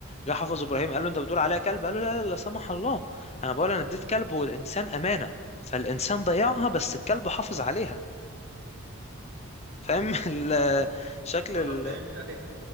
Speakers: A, on the left (about 30°); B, on the right (about 55°).
A: جه حافظ إبراهيم قال له أنت بتقول عليا كلب قال له لا لا لا سمح الله أنا بقول أنا اديت كلب والإنسان أمانة فالإنسان ضيعها بس الكلب حافظ عليها فاهم <laughs> ال- شكل
B: اه
A: ال...
B: فهمت ايوه